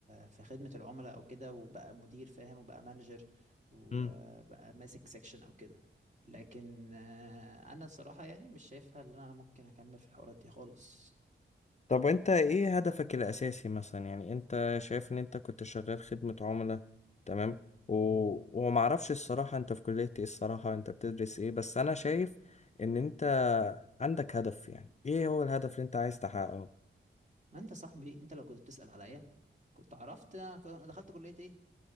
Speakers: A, on the right; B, on the left.
A: في خدمه العملاء او كده وبقى مدير فاهم وبقى مانجر وبقى
B: مم.
A: ماسك سيكشن او كده لكن آه، انا صراحه يعني مش شايفها ان انا ممكن اكمل في الحوارات دي خالص
B: طب وانت ايه هدفك الاساسي مثلا يعني انت شايف ان انت كنت شغال خدمة عملاء تمام و... ومعرفش الصراحة انت في كلية ايه الصراحة انت بتدرس ايه بس انا شايف ان انت عندك هدف يعني ايه هو الهدف اللي انت عايز تحققه
A: ما انت صاحبي انت لو كنت بتسأل عليا كنت عرفت انا كنت- أنا دخلت كلية ايه